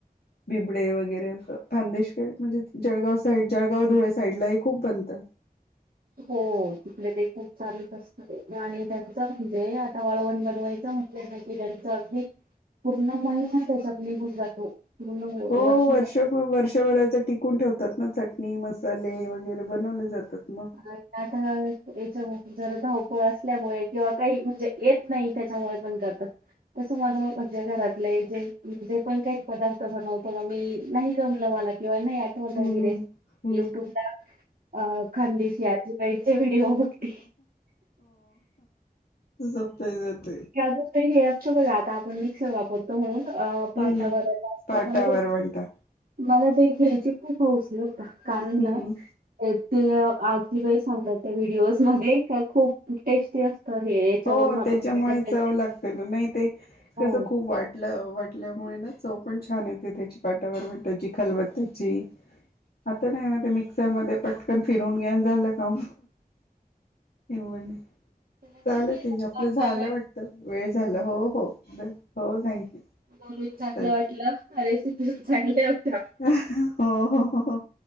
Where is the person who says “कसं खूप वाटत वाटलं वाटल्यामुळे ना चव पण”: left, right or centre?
Left